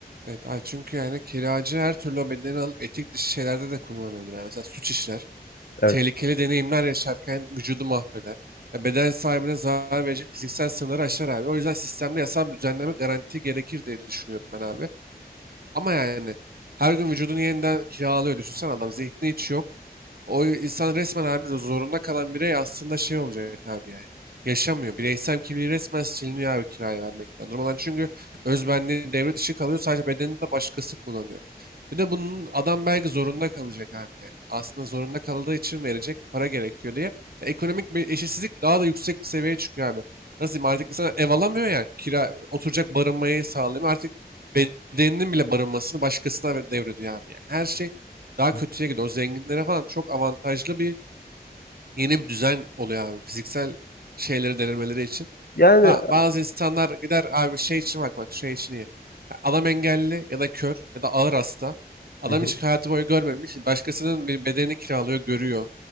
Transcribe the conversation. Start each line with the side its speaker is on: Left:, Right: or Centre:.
Right: Evet. Abi çünkü yani kiracı her türlü o bedeni alıp etik dışı şeylerde de kullanabilir. Yani mesela suç işler.
Left: Evet.
Right: tehlikeli deneyimler yaşarken vücudu mahveder. Ya beden sahibine zarar verecek fiziksel sınırları aşar abi. O yüzden sistemde yasal bir düzenleme garanti gerekir diye düşünüyorum ben abi. Ama yani her gün vücudunu yeniden kiralıyor. Düşünsene adam zihni hiç yok. O insan resmen abi zorunda kalan birey aslında şey olacak abi yani. Yaşamıyor. Bireysel kimliği resmen siliniyor abi kiraya vermekten. Durmadan çünkü özbenliği devre dışı kalıyor. Sadece bedenini de başkası kullanıyor. Bir de bunun adam belki zorunda kalacak abi yani. Aslında zorunda kaldığı için verecek para gerekiyor diye. Ekonomik bir eşitsizlik daha da yüksek bir seviyeye çıkıyor abi. Nasıl diyeyim artık insan ev alamıyor ya kira oturacak barınmayı sağlayamıyor. Artık bedeninin bile barınmasını başkasına devrediyor abi yani. Her şey daha
Left: Evet.
Right: kötüye gidiyor. O zenginlere falan çok avantajlı bir yeni bir düzen oluyor abi. Fiziksel şeyleri denemeleri için.
Left: Yani
Right: Ha bazı insanlar gider abi şey için bak bak şey için iyi. Ha, Adam engelli ya da kör ya da ağır hasta. Adam
Left: Hı hı.
Right: hiç hayatı boyu görmemiş. Başkasının bir bedenini kiralıyor, görüyor.